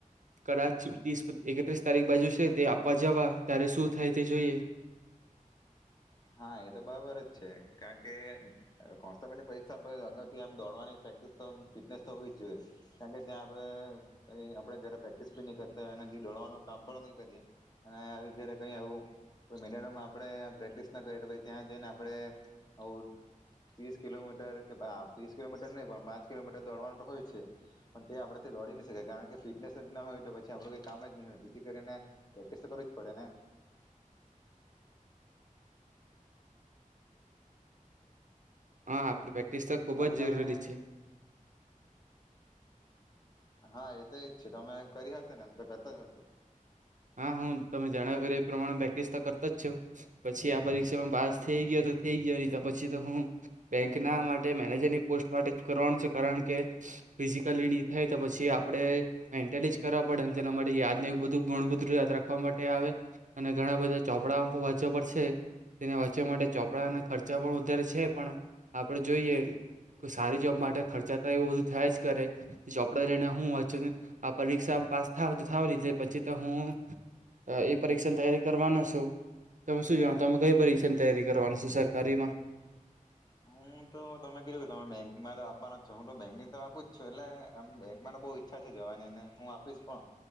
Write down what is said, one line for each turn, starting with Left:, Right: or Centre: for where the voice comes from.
Right: કદાચ ત્રીસ એકત્રીસ તારીખ બાજુ છે તે આપવા જવા ત્યારે શું થાય તે જોઈએ.
Left: હા એ તો બરાબર જ છે કારણ કે કોન્સ્ટેબલની પરીક્ષા અગાઉથી આમ દોડવાની પ્રેક્ટિસ તો ફિટનેસ તો હોવી જ જોઈએ કારણ કે ત્યાં આપણે કંઈ આપણે ઘરે પ્રેક્ટિસ બી નહીં કરતા હોય દોડવાનું કામ પણ નહી કરીએ અને આવી ઘરે કંઈ આવું કોઈ મેદાનમાં આપણે પ્રેક્ટિસ ન કરે તો પછી ત્યાં જઈને આપણે આઉ ત્રીસ કિલોમીટર કે ત્રીસ કિલોમીટર નહી પણ પાંચ કિલોમીટર દોડવાનું હોય છે પણ ત્યા આપણેથી દોડી નહી શકાય કારણ કે ફિટનેસ જ ના હોય તો પછી આપડું કઈ કામ જ નહી હોય તેથી કરીને પ્રેક્ટિસ તો કરવી જ પડે ને.
Right: હા આપ પ્રેક્ટિસ તો ખૂબ
Left: આથી
Right: જ
Left: તમે
Right: જરૂરી છે.
Left: હા એ તો એજ છે તમે કરી હકશે ને એમ તો કરતા જ હશે.
Right: હા હું તમે જણાવ્યું એ પ્રમાણે પ્રેક્ટિસ તો કરતા જ છું પછી આ પરીક્ષામાં પાસ થઈ ગયો તો થઈ ગયો નહી તો પછી તો હું બેંકના માટે મેનેજરની પોસ્ટ માટે જ કરવાનું છે કારણ કે ફિઝિકલી નહી થાય તો પછી આપણે મેન્ટલી જ કરવા પડે તેના માટે યાદ ને એવ બધું ઘણું બધું યાદ રાખવા માટે આવે અને ઘણા બધા ચોપડા વાંચવા પડશે છે તેને વાંચવા માટે ચોપડાના ખર્ચા પણ વધારે છે પણ આપણે જોઈએ કોઈ સારી જોબ માટે ખર્ચા તો એવું બધું થયા જ કરે ચોપડા લઈને હું વાંચીને આ પરીક્ષા પાસ થાવ તો થાવ નહી ની ત પછી તો હું એ પરીક્ષાની તૈયારી કરવાનો છું. તમે શું જાણો તમે કઈ પરીક્ષાની તૈયારી કરવાની છો સરકારીમાં?
Left: હું તો તમે કીધું તમે બેંકમાં તો આપવાનો જ છો હું તો બેંકની તો આપું જ છું એટલે આમ બેંકમાં બહુ ઈચ્છા છે જવાની એને હું આપીશ પણ